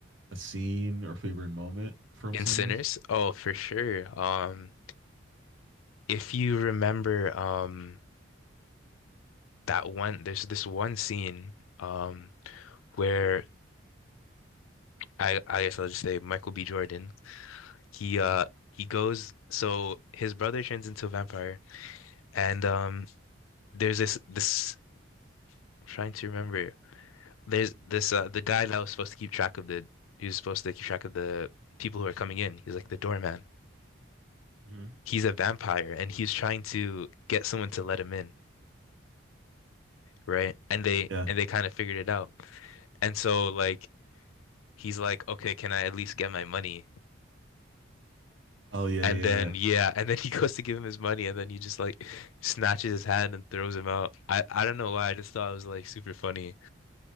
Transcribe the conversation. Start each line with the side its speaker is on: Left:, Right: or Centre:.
Right: a scene or favorite moment from
Left: In
Right: Sinners?
Left: Sinners? Oh, for sure. Um, if you remember, um, that one, there's this one scene, um, where I, I guess I'll just say Michael B. Jordan. He,
Right: Mm-hmm.
Left: uh, he goes, so his brother turns into a vampire, and um, there's this, this, I'm trying to remember. there's this uh the guy that was supposed to keep track of the he was supposed to keep track of the people who are coming in. He's like the doorman.
Right: Mm-hmm.
Left: He's a vampire and he's trying to get someone to let him in, right? And they
Right: Yeah.
Left: and they kind of figured it out. And so like he's like, "Okay, can I at least get my money?"
Right: Oh yeah,
Left: And
Right: yeah,
Left: then
Right: yeah.
Left: yeah, and then he <laughs> goes to give him his money and then he just like snatches his hand and throws him out. I I don't know why, I just thought it was like super funny.